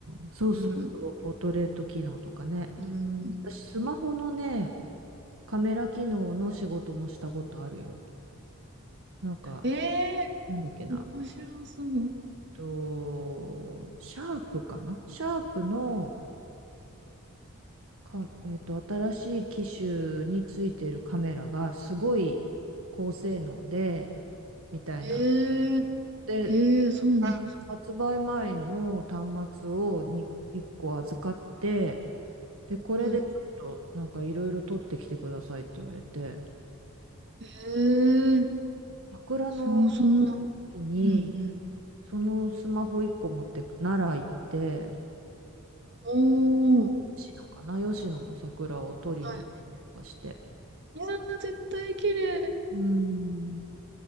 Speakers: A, on the right; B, on the right.
A: ん、そうそうそう、
B: うん、
A: ポートレート機能とかね。
B: うん。
A: 私、スマホのね、カメラ機能の仕事もしたことあるよ。なんか、
B: ええ
A: なんだっけな。
B: ー、面白そう。
A: と、シャープかなシャープのか、えっと、新しい機種についてるカメラがすごい高性能で、みたいな。
B: ええー、
A: で、
B: ええー、そうなんですか。
A: 発売前の端末をに1個預かって、で、これでちょっとなんかいろいろ取ってきてくださいって言われて、
B: はい。ええー、
A: 桜の
B: そもそも、
A: 木に
B: うん、うん。
A: そのスマホ1個持って奈良行って、
B: おー、
A: 吉野かな、吉野の桜を取りに行ったりとかして。
B: はい。いやー、絶対綺麗。
A: うん、